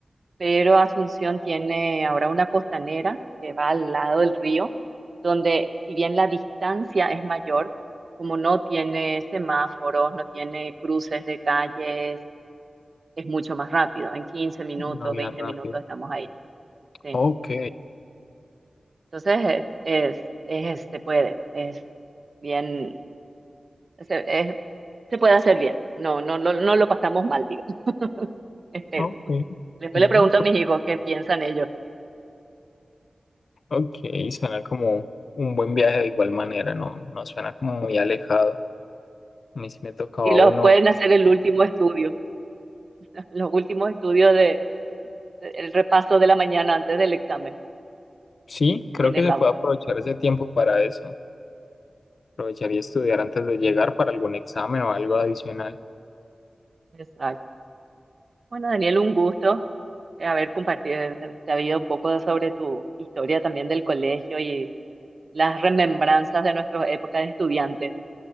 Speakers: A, on the right; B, on the left.
A: pero Asunción tiene ahora una costanera que va al lado del río, donde si bien la distancia es mayor, como no tiene semáforos, no tiene cruces de calles, es mucho más rápido. En 15 minutos,
B: Una vía
A: 20
B: rápida.
A: minutos estamos ahí. Sí.
B: Ok,
A: Entonces, es, es, es- se puede, es bien, se, es- se puede hacer bien. No, no, no, no lo pasamos mal, digo, <laughs> espero.
B: ok.
A: Después
B: Bien,
A: le pregunto
B: apro-
A: a mis hijos qué piensan ellos
B: ok. Suena como un buen viaje de igual manera, no, no suena como muy alejado. A mí sí me tocaba
A: y los
B: uno.
A: pueden hacer el último estudio. <laughs> los últimos estudios de el repaso de la mañana antes del examen
B: Sí, creo
A: en el
B: que se
A: auto.
B: puede aprovechar ese tiempo para eso. Aprovechar y estudiar antes de llegar para algún examen o algo adicional.
A: Exacto. Bueno, Daniel, un gusto eh, haber compartido sabido un poco sobre tu historia también del colegio y las remembranzas de nuestra época de estudiante.